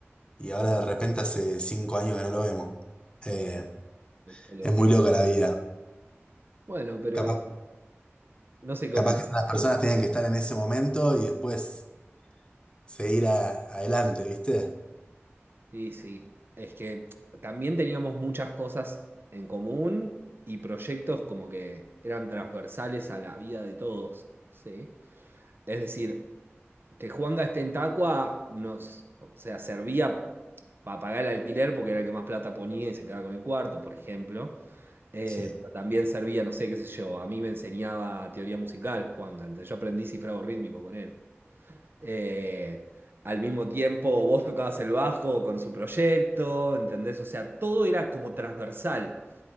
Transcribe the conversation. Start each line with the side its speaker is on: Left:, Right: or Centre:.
Left: y ahora de repente hace cinco años que no lo vemos. Eh,
Right: Qué loco.
Left: es muy loca la vida.
Right: Bueno, pero
Left: Capaz,
Right: no sé qué
Left: capaz
Right: opinas.
Left: que las personas tenían que estar en ese momento y después seguir a- adelante, ¿viste?
Right: Sí, sí. Es que también teníamos muchas cosas en común y proyectos como que eran transversales a la vida de todos, ¿sí? Es decir, que Juanga esté en Tacua nos, o sea, servía para pagar el alquiler porque era el que más plata ponía y se quedaba con el cuarto, por ejemplo. Eh,
Left: Sí.
Right: pero también servía, no sé, qué sé yo, a mí me enseñaba teoría musical, Juan, antes yo aprendí cifrado rítmico con él. Eh, al mismo tiempo, vos tocabas el bajo con su proyecto, ¿entendés? O sea, todo era como transversal.